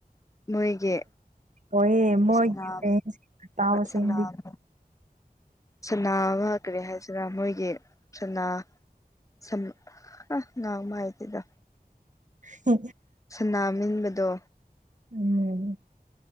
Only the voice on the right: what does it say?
ꯍꯣꯏꯌꯦ ꯃꯣꯏꯒꯤ
ꯐꯦꯟꯁ ꯇꯥꯎꯁꯤꯡꯗꯤ
ꯍ
ꯎꯝ